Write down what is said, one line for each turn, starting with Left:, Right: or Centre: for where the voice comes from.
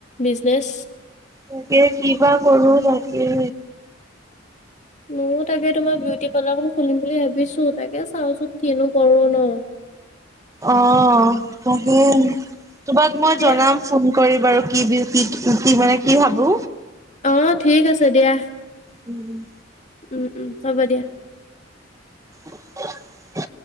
Left: বিজনেছ?
Right: তাকে কিবা কৰো, তাকে
Left: মই তাকে তোমাৰ বিউটি পাৰ্লাৰখন খুলিম বুলি ভাবিছো, তাকে চাওঁচোন কিনো কৰো ন,।
Right: অ, তাকে তোমাক মই
Left: দিয়া
Right: জনাম। ফোন কৰি বাৰু কি, কি, কি, মানে কি ভাবো।
Left: অ, ঠিক আছে দিয়া।
Right: উম,
Left: উম, উম, হ'ব দিয়া।
Right: <unintelligible>